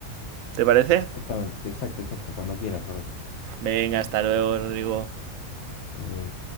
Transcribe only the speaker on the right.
¿Te parece?
Venga, hasta luego, Rodrigo.